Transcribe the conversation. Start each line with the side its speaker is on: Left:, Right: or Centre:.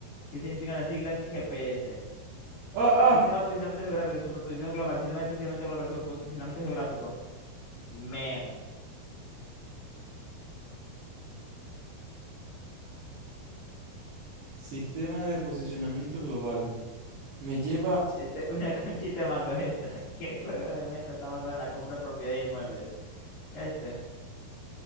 Left: ¿Qué significan las siglas GPS?
Right: Ah, ah.
Left: Sistema de posicionamiento geográfico, superposición global, sistema de posicionamiento global, superposicionamiento geográfico. Man,
Right: Sistema de posicionamiento global. Me lleva
Left: este, una <laughs> conchita de mango es esta. <laughs> ¿Qué juego de mesa está basado en la compra de propiedades de inmuebles? Este,